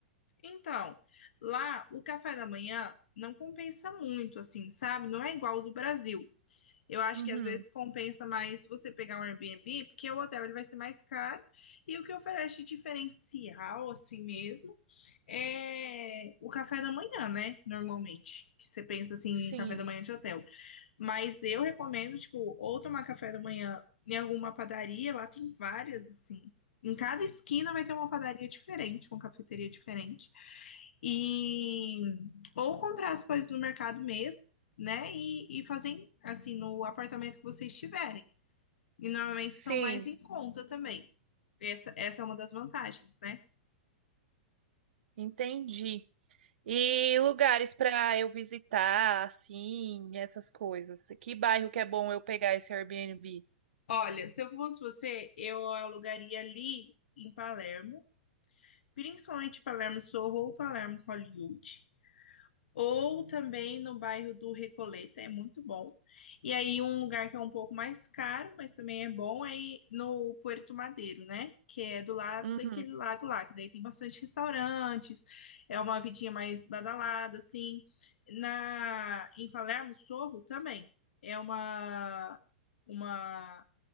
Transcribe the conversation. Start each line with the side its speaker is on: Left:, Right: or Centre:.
Left: Então, lá o café da manhã não compensa muito, assim, sabe? Não é igual ao do Brasil. Eu acho
Right: Uhum.
Left: que às vezes compensa mais você pegar um Airbnb, porque o hotel ele vai ser mais caro. E o que oferece de diferencial, assim mesmo, é o café da manhã, né? Normalmente. Que você pensa assim, em
Right: Sim,
Left: café da manhã de hotel. Mas eu recomendo, tipo, ou tomar café da manhã em alguma padaria, lá tem várias, assim. Em cada esquina vai ter uma padaria diferente, uma cafeteria diferente. E ou comprar as coisas no mercado mesmo, né? E, e fazer assim no apartamento que vocês tiverem. E normalmente
Right: sim,
Left: são mais em conta também. Essa, essa é uma das vantagens, né?
Right: entendi. E lugares pra eu visitar, assim, essas coisas. Que bairro que é bom eu pegar esse Airbnb?
Left: Olha, se eu fosse você, eu alugaria ali em Palermo, principalmente Palermo Sorro ou Palermo Hollywood. ou também no bairro do Recoleta, é muito bom. E aí um lugar que é um pouco mais caro, mas também é bom, é no Puerto Madeiro, né? Que é do lado
Right: Uhum,
Left: daquele lago lá, que daí tem bastante restaurantes, é uma vidinha mais badalada, assim. Na, em Palermo, Sorro também é uma, uma